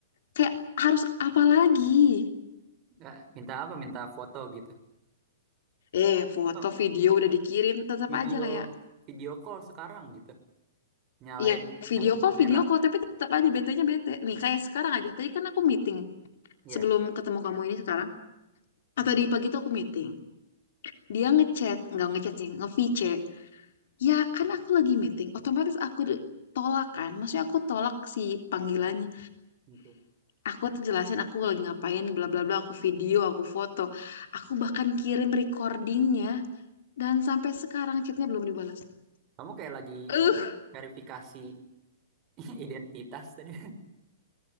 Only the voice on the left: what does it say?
Kayak harus apa lagi?
Eh, foto
video udah dikirim, tetap
aja kayak
ya video
kok
video kok tapi tetap aja betenya bete. Nih kayak sekarang aja. Tadi kan aku meeting
sebelum ketemu kamu ini sekarang. Atau
di pagi tuh aku meeting. Dia ngechat, nggak ngechat sih, nge-VC. Ya kan aku lagi meeting, otomatis aku di- tolak kan. Maksudnya aku tolak si panggilannya.
aku tuh jelasin aku lagi ngapain bla bla bla aku video aku foto aku bahkan kirim recordingnya dan sampai sekarang chatnya belum dibalas
eh